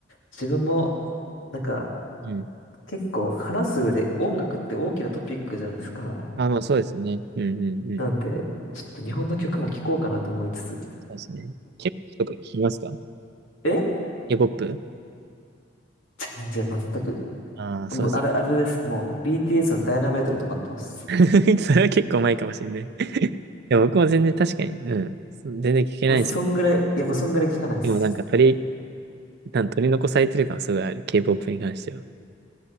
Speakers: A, on the left; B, on the right.
A: 自分も、なんか、
B: うん。
A: 結構話す上で音楽って大きなトピックじゃないですか。
B: あ、まあ、そうですね。うんうんうん。
A: なんで、ちょっと日本の曲も聴こうかなと思いつつ。
B: そうですね。K-POP とか聞きますか
A: え
B: ?K-POP?
A: じゃ、全く。
B: ああー、そうです。
A: もう、あれ、あれです。もう、BTS のダイナマイトで止まってます。
B: <laughs> それは結構前かもしれない。いや、僕も全然確かに、うん。そう全然聞けないし、
A: もう、そんぐらい、いや、もうそんぐらい聴かないです。
B: でもなんか取り、なん取り残されてる感すごいある。K-POP に関しては。